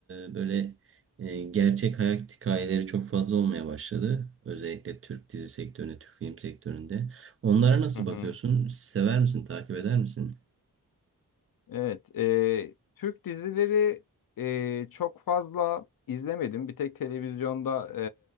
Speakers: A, on the right (about 35°); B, on the left (about 65°).
A: e, böyle e, gerçek hayat hikayeleri çok fazla olmaya başladı. Özellikle Türk dizi sektöründe, Türk film sektöründe. Onlara nasıl
B: Hı hı.
A: bakıyorsun? Sever misin, takip eder misin?
B: Evet, e, Türk dizileri e, çok fazla izlemedim. Bir tek televizyonda